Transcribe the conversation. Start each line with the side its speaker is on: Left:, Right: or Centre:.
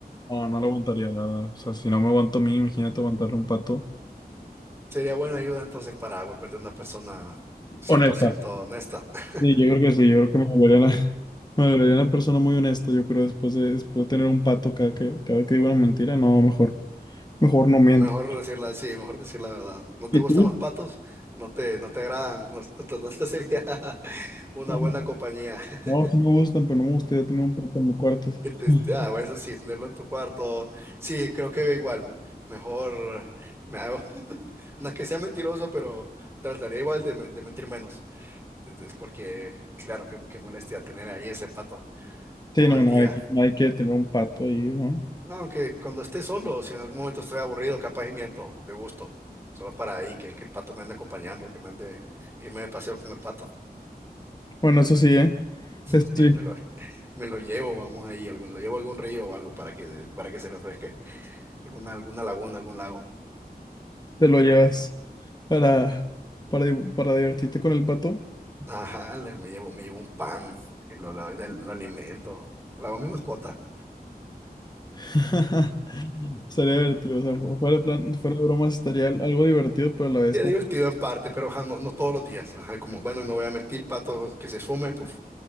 Left: No, no lo aguantaría, la verdad. O sea, si no me aguanto a mí, imagínate aguantarle a un pato.
Right: Sería buena ayuda entonces para volverte una persona cien
Left: Honesta.
Right: por ciento honesta. <laughs>
Left: Sí, yo creo que sí, yo creo que me volvería una, <laughs> me volvería una persona muy honesta, yo creo, después de, después de tener un pato cada que, cada que digo una mentira, no, mejor, mejor no miento.
Right: Mejor decirla sí mejor decir la verdad. ¿No te
Left: ¿Y
Right: gustan
Left: tú?
Right: los patos? No te, no te agradan. <laughs> No, no- no no te sería <laughs> una
Left: No,
Right: buena compañía. <laughs>
Left: no, sí me gustan, pero no me gustaría tener un pato en mi cuarto.
Right: Que te
Left: <laughs>
Right: esté- ah, bueno, eso sí, tenerlo en tu cuarto. Sí, creo que igual. Mejor me hago. <laughs> No es que sea mentiroso, pero trataría igual de, men- de mentir menos. Es porque, claro, qué, qué molestia tener ahí ese pato
Left: Sí,
Right: todo
Left: no,
Right: el
Left: no
Right: día.
Left: hay, nadie quiere tener un pato ahí, ¿no?
Right: No, que cuando esté solo, si en algún momento estoy aburrido, capaz y miento, de gusto. Solo para ahí, que el, que el pato me ande acompañando, que me ande, irme de paseo con el pato.
Left: Bueno, eso sí, ¿eh?
Right: <laughs>
Left: Esto sí,
Right: Y me lo, me lo llevo, vamos ahí, algún, lo llevo a algún río o algo para que, para que se refresque. Alguna, alguna laguna, algún lago.
Left: te lo llevas para, para, di- para divertirte con el pato.
Right: Ajá, le- me llevo, me llevo un pan, y lo, lo, lo alimento. La hago mi mascota.
Left: <laughs> Estaría divertido, o sea, fu- fuera de plan, fuera de bromas, estaría al- algo divertido, pero a la vez
Right: Y es
Left: como...
Right: divertido en parte, pero ajá, no, no todos los días. Ajá, como, bueno, no voy a mentir, pato que se esfume, puf,